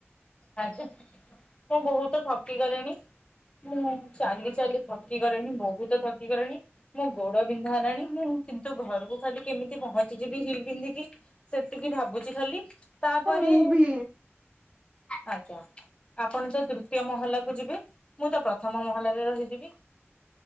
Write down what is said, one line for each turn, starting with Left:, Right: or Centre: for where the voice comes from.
Left: ଆଜ୍ଞା, ମୁଁ ବହୁତ ଥକିଗଲେଣି। ମୁଁ ଚାଲି, ଚାଲି ଥକି ଗଲେଣି ବହୁତ ଥକି ଗଲେଣି। ମୋ ଗୋଡ ବିନ୍ଧା ହେଲାଣି ମୁଁ କିନ୍ତୁ ଘରକୁ ଖାଲି କେମିତି ପହଞ୍ଚି ଯିବି ହିଲ୍ ପିନ୍ଧିକି ସେତିକି ଭାବୁଚି ଖାଲି। ତାପରେ
Right: ହଁ ମୁଁ ବି
Left: ଆଜ୍ଞା ଆପଣ ତ ତୃତୀୟ ମହଲା କୁ ଯିବେ ମୁଁ ତ ପ୍ରଥମ ମହଲାରେ ରହିଯିବି।